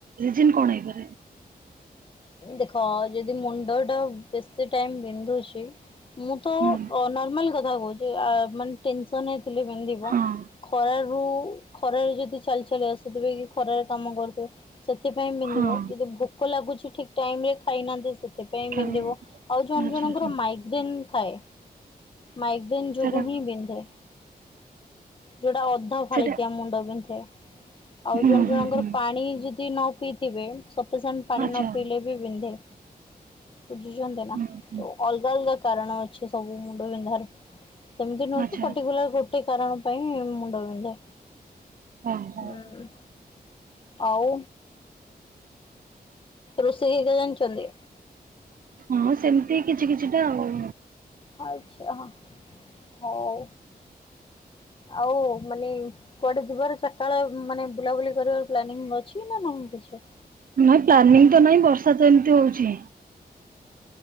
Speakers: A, on the right (about 60°); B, on the left (about 30°).
A: ରିଜିନ କଣ ହେଇପାରେ।
B: ଦେଖ ଯଦି ମୁଣ୍ଡ ଟା ବେଶୀ ଟାଇମ୍ ବିନ୍ଧୁଚି ମୁଁ ତ ଅ
A: ହୁଁ
B: ନର୍ମାଲ କଥା କହୁଚି। ସନ ହେଇଥିଲେ ବିନ୍ଧିବ
A: ହଁ
B: ଖରାରୁ ଖରାରେ ଯଦି ଚାଲି ଚାଲି ଆସ୍ ସେଥିପାଇଁ କି ଖରାରେ କାମ କରୁଥିବେ ସେଥିପାଇଁ ବିନ୍ଧିବ
A: ହଁ
B: ଯଦି ଭୋକ ଲାଗୁଛି ଠିକ୍। ଟାଇମରେ ଖାଇନାହାନ୍ତି ସେଥିପାଇଁ
A: ଖାଲି
B: ବିନ୍ଧିବ। ଆଉ ଜଣ
A: ଆଚ୍ଛା
B: ଜଣଙ୍କର
A: ଆଚ୍ଛା
B: ମାଇଗ୍ରେନ୍ ଥାଏ। ମାଇଗ୍ରେନ୍ ଯୋଗୁ
A: ସେଟା
B: ହିଁ ବିନ୍ଧେ। ଯୋଉଟା ଅଧା ଫାଳିକିଆ
A: ସେଟା
B: ମୁଣ୍ଡ ବିନ୍ଧେ। ଆଉ
A: ହୁଁ
B: ଜଣ ଜଣଙ୍କର
A: ହୁଁ ହୁଁ
B: ପାଣି ଯଦି ନ ପିଇଥିବେ ସପିସେଣ୍ଟ ପାଣି
A: ଆଚ୍ଛା
B: ନ
A: ହୁଁ
B: ପିଇଲେ ବି ବିନ୍ଧେ। ବୁଝୁଛନ୍ତି ନା।
A: ହୁଁ
B: ତୋ ଅଲଗା ଅଲଗା କାରଣ ଅଛି ସବୁ ମୁଣ୍ଡ ବିନ୍ଧାର। ସେମତି ନୁହଁକି
A: ଆଚ୍ଛା
B: ପର୍ଟିକୁଲାର
A: ଆଚ୍ଛା
B: ଗୋଟେ କାରଣ ପାଇଁ ମୁଣ୍ଡ ବିିନ୍ଧେ।
A: ହଁ ହଉ
B: ହୁଁ ଆଉ। ରୋଷେଇ ହେଇକା ଜାଣିଛନ୍ତି?
A: ହଁ ସେମତି କିଛି କିଛିଟା ଆଉ।
B: ଆଚ୍ଛା ହଉ ଆଉ ମାନେ କୁଆଡେ ଯିବାର ଚାରିଟା ବଳେ ମାନେ ବୁଲାବୁଲି କରିବାର ପ୍ଲାନିଂ ଅଛି ନା ନାହିଁ କିଛି?
A: ନାଇଁ ପ୍ଲାନିଂ ତ ନାହିଁ ବର୍ଷା ତ ଏମିତି ହଉଚି।